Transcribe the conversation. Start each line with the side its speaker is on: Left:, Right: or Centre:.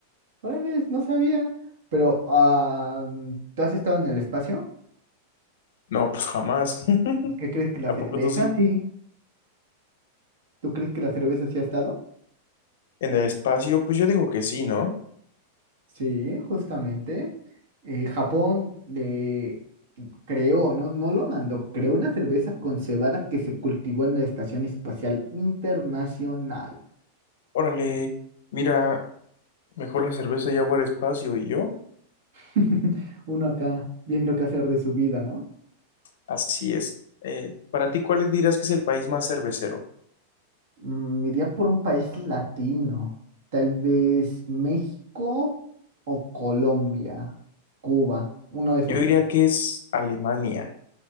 Right: Órale, no sabía, pero ah, ¿tú has estado en el espacio?
Left: No, pues jamás. <laughs>
Right: ¿Qué crees que la
Left: ¿A poco
Right: cerveza?
Left: tú sí?
Right: Sí. ¿Tú crees que la cerveza sí ha estado?
Left: En el espacio, pues yo digo que sí, ¿no?
Right: Sí, justamente. Eh, Japón le creó, no, no lo mandó, creó una cerveza con cebada que se cultivó en la Estación Espacial Internacional.
Left: Órale, mira, mejor la cerveza ya fue al espacio y yo.
Right: <laughs> Uno acá viendo qué hacer de su vida, ¿no?
Left: Así es. Eh, para ti, ¿cuál dirías que es el país más cervecero?
Right: Mm, iría por un país latino, tal vez México o Colombia, Cuba, uno de esos.
Left: Yo diría
Right: tres.
Left: que es Alemania.